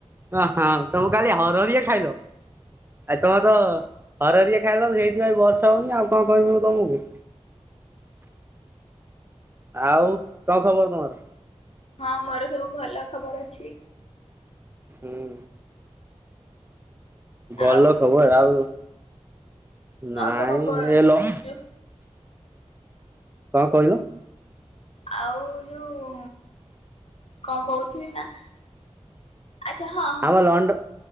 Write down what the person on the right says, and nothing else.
ଓ ହଁ ତମେ କାଲି ହରହରିଆ ଖାଇଲ? ଆଉ ତମେ ତ ହରହରିଆ ଖାଇଲ ସେଇଥିପାଇଁ ବର୍ଷା ହଉନି ଆଉ କଣ କହିବି ମୁଁ ତମୁକୁ। ଆଉ କଣ୍ ଖବର ତମର?
ହୁଁ। ଭଲ
ଖବର ଆଉ ନାଇଁ
ହେଲ
କଣ୍ କହିଲ?
ଆମ ଲଣ୍ଡ